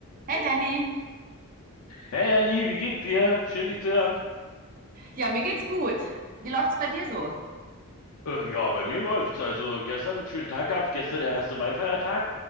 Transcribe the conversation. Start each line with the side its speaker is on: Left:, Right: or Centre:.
Right: Hey Danny,
Left: Hey Ali, wie geht's dir? Schön dich zu hören.
Right: ja, mir geht's gut. Wie läuft's bei dir so?
Left: Äh, ja, bei mir läuft's. Also gestern einen schönen Tag gehabt, gestern der erste Mai-Feiertag.